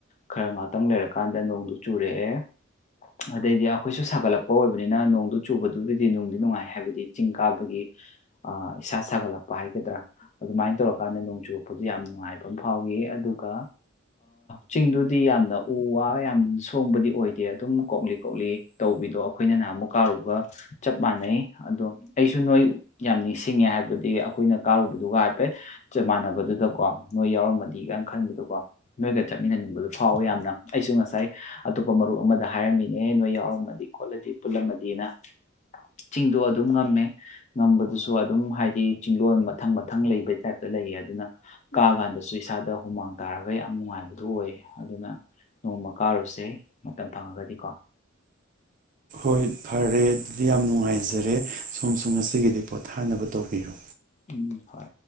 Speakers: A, on the left; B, on the right.
A: ꯈꯔ ꯉꯥꯛꯇꯪ ꯂꯩꯔꯀꯥꯟꯗ ꯅꯣꯡꯗꯨ ꯆꯨꯔꯛꯑꯦ ꯑꯗꯩꯗꯤ ꯑꯩꯈꯣꯏꯁꯨ ꯁꯥꯒꯠꯂꯛꯄ ꯑꯣꯏꯕꯅꯤꯅ ꯅꯣꯡꯗꯨ ꯆꯨꯕꯗꯨꯕꯨꯗꯤ ꯅꯅꯨꯡꯗꯤ ꯅꯨꯡꯉꯥꯏ ꯍꯥꯏꯕꯗꯤ ꯆꯤꯡ ꯀꯥꯕꯒꯤ ꯏꯁꯥ ꯁꯥꯒꯠꯂꯛꯄ ꯍꯥꯏꯒꯗ꯭ꯔꯥ ꯑꯗꯨꯃꯥꯏꯅ ꯇꯧꯔꯀꯥꯟꯗ ꯅꯣꯡ ꯆꯨꯔꯛꯄꯗꯨ ꯌꯥꯝ ꯅꯨꯡꯉꯥꯏꯕ ꯑꯃ ꯐꯥꯎꯏ ꯑꯗꯨꯒ ꯆꯤꯡꯗꯨꯗꯤ ꯌꯥꯝꯅ ꯎ ꯋꯥ ꯌꯥꯝ ꯁꯣꯡꯕꯗꯤ ꯑꯣꯏꯗꯦ ꯑꯗꯨꯝ ꯀꯣꯛꯂꯤ ꯀꯣꯛꯂꯤ ꯇꯧꯕꯤꯗꯣ ꯑꯩꯈꯣꯏꯅ ꯅꯍꯥꯟ ꯑꯃꯨꯛ ꯀꯥꯔꯨꯕꯒ ꯆꯞ ꯃꯥꯟꯅꯩ ꯑꯗꯣ ꯑꯩꯁꯨ ꯅꯣꯏ ꯌꯥꯝ ꯅꯤꯡꯁꯤꯡꯉꯦ ꯍꯥꯏꯕꯗꯤ ꯑꯩꯈꯣꯏꯅ ꯀꯥꯔꯨꯕꯗꯨꯒ ꯍꯥꯏꯐꯦꯠ ꯆꯞ ꯃꯥꯟꯅꯕꯗꯨꯗꯀꯣ ꯅꯣꯏ ꯌꯥꯎꯔꯝꯃꯗꯤꯒꯅ ꯈꯟꯕꯗꯀꯣ ꯅꯣꯏꯒ ꯆꯠꯃꯤꯟꯅꯅꯤꯡꯕꯗꯣ ꯐꯥꯎꯋꯦ ꯌꯥꯝꯅ ꯑꯩꯁꯨ ꯉꯁꯥꯏ ꯑꯇꯣꯞꯄ ꯃꯔꯨꯞ ꯑꯃꯗ ꯍꯥꯏꯔꯝꯃꯤꯅꯦ ꯅꯣꯏ ꯌꯥꯎꯔꯝꯃꯗꯤ ꯈꯣꯠꯂꯗꯤ ꯄꯨꯜꯂꯝꯃꯗꯤꯅ ꯆꯤꯡꯗꯣ ꯑꯗꯨꯝ ꯉꯝꯃꯦ ꯉꯝꯕꯗꯨꯁꯨ ꯑꯗꯨꯝ ꯍꯥꯏꯗꯤ ꯆꯤꯡꯗꯣꯜ ꯃꯊꯪ ꯃꯊꯪ ꯂꯩꯕꯩ ꯇꯥꯏꯞꯇ ꯂꯩꯌꯦ ꯑꯗꯨꯅ ꯀꯥꯀꯥꯟꯗꯁꯨ ꯏꯁꯥꯗ ꯍꯨꯃꯥꯡ ꯇꯥꯔꯒ ꯌꯥꯝ ꯅꯨꯡꯉꯥꯏꯕꯗꯨ ꯑꯣꯏꯌꯦ ꯑꯗꯨꯅ ꯅꯣꯡꯃ ꯀꯥꯔꯨꯁꯦ ꯃꯇꯝ ꯐꯪꯉꯒꯗꯤꯀꯣ
B: ꯍꯣꯏ ꯐꯔꯦ ꯑꯗꯨꯗꯤ ꯌꯥꯝ ꯅꯨꯡꯉꯥꯏꯖꯔꯦ ꯁꯣꯝꯁꯨ ꯉꯁꯤꯒꯤꯗꯤ ꯄꯣꯊꯥꯅꯕ ꯇꯧꯕꯤꯔꯣ
A: ꯎꯝ ꯍꯣꯏ